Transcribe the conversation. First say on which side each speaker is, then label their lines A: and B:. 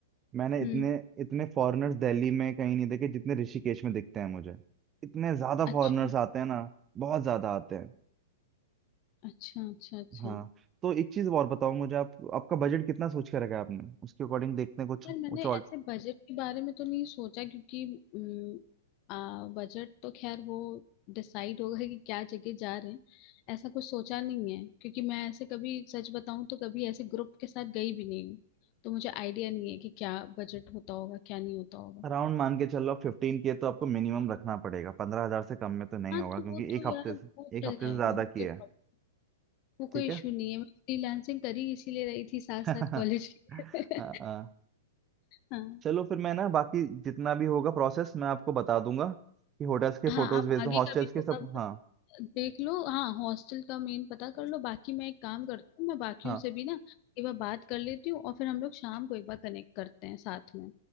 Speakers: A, on the right; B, on the left.
A: मैंने इतने
B: हम्म
A: इतने फॉरेनर्स दिल्ली में कहीं नहीं देखे जितने ऋषिकेश में दिखते हैं मुझे इतने ज्यादा
B: अच्छा
A: फॉरेनर्स आते हैं ना बहुत ज्यादा आते हैं
B: अच्छा अच्छा अच्छा
A: हाँ तो एक चीज और बताओ मुझे आप आपका बजट कितना सोच के रखा है आपने उसके अकॉर्डिंग देखते हैं कुछ
B: यार मैंने
A: कुछ और
B: ऐसे बजट के बारे में तो नहीं सोचा क्योंकि अम, आ, बजट तो खैर वो डिसाइड होगा कि क्या जगह जा रहे हैं ऐसा कुछ सोचा नहीं है क्योंकि मैं ऐसे कभी सच बताऊं तो कभी ऐसे ग्रुप के साथ गई भी नहीं हूँ तो मुझे आइडिया नहीं है कि क्या बजट होता होगा क्या नहीं होता होगा
A: अराउंड मान के चलो फिफ्टीन के तो आपको मिनिमम रखना पड़ेगा पंद्रह हजार से कम में तो नहीं
B: हाँ
A: होगा
B: तो
A: क्योंकि
B: वो तो
A: एक हफ्ते
B: यार
A: से
B: वो
A: एक
B: चल
A: हफ्ते
B: जाएगा
A: से ज्यादा
B: वो कोई
A: की है
B: प्रॉब्लम वो
A: ठीक
B: कोई इशू
A: है
B: नहीं है मैं फ्रीलांसिंग करी इसीलिए रही थी साथ
A: <laughs>
B: साथ कॉलेज के
A: हाँ
B: <laughs>
A: हाँ।
B: हाँ
A: चलो फिर मैं ना बाकी जितना भी होगा प्रोसेस मैं आपको बता दूंगा कि होटल्स के
B: हाँ
A: फोटोज
B: आप
A: भेज
B: आगे
A: दूँ हॉस्टल्स
B: का भी
A: के
B: थोड़ा
A: सब हाँ
B: देख लो हाँ हॉस्टल का मेन पता कर लो बाकी मैं एक काम करती हूँ मैं बाकियों
A: हाँ
B: से भी ना एक बार बात कर लेती हूँ और फिर हम लोग शाम को एक बार कनेक्ट करते हैं साथ में